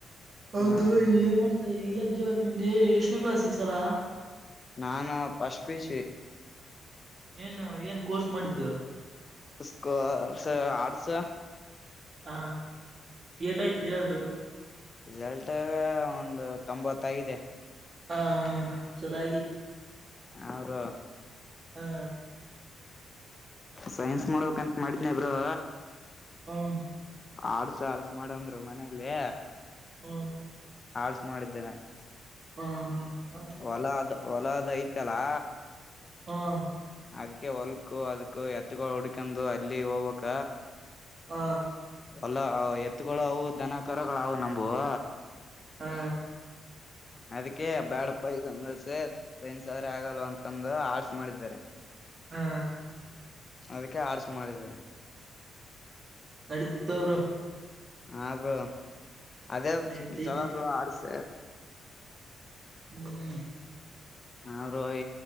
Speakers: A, on the right (about 40°); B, on the left (about 30°).
A: ಹೌದು
B: ಹಾ ಬ್ರೋ
A: ಏನ್ ಮಾಡ್ತಾ <unintelligible> ನಿಮ್ದ ಎಷ್ಟನ ಕ್ಲಾಸ್ ಈ ಸಲ.
B: ನಾನು ಫಸ್ಟ್ ಪಿಯುಸಿ.
A: ಏನ್ ಏನ್ ಕೋರ್ಸ್ ಮಾಡಿದ್ದು.
B: <unintelligible>
A: ಹ ಏಟ್ ಆಯ್ತ ರಿಸಲ್ಟ್.
B: ರಿಸಲ್ಟ್ ಒಂದು ತೊಂಬತ್ತಗಿದೆ.
A: ಹಾ ಹಾ ಚಲೋ ಆಗಿತೆ.
B: ಹಾ ಬ್ರೋ.
A: ಹಾ
B: ಸೈನ್ಸ್ ಮಾಡೋಬೇಕ್ಂತ ಮಾಡಿದ್ನಿ ಬ್ರೋ.
A: ಹಾ
B: ಆಡ್ಸ ಆಡ್ಸ ಮಾಡಂದ್ರು ಮನೆಯಲ್ಲಿ.
A: ಹೂಂ
B: ಆರ್ಟ್ಸ್ ಮಾಡಿದ್ದೇನೆ.
A: ಹಾ ಹಾ ಹ
B: ಹೊಲ ಅದ್ ಹೊಲದ್ ಐತಲಾ.
A: ಹಾ
B: ಅದ್ಕೆ ಹೊಲ್ಕು ಅದುಕ್ಕೆ ಎತ್ತಗಳು ಹುಡ್ಕಂದು ಅಲ್ಲಿ ಹೋಗ್ಬೇಕ.
A: ಹ
B: ಅಲ್ಲ ಎತ್ಗಳು ಅವು ದನಕಾರಗಳು ಅವವು ನಂಬುವೂ.
A: ಹಾ
B: <inaudible> ಅದಕ್ಕೆ ಬ್ಯಾಡಪ್ಪ ಇದೊಂದ ಸೈನ್ಸ್ ಅಂದ್ರೆ ಆಗಲ್ ಅಂತಂದು ಆರ್ಟ್ಸ್ ಮಾಡಿದ್ದಾರೆ.
A: ಹಾ
B: ಅದಕ್ಕೆ ಆರ್ಟ್ಸ್ ಮಾಡಿದ್ದೀನಿ.
A: <unintelligible>
B: ಹಾ ಬ್ರೋ ಅದೇ
A: ನಡೀತೈತಿ
B: ಚಲ ಬೋ ಆರ್ಡ್ಸ್.
A: ಹ್ಮ್
B: ಹಾ ಬ್ರೋ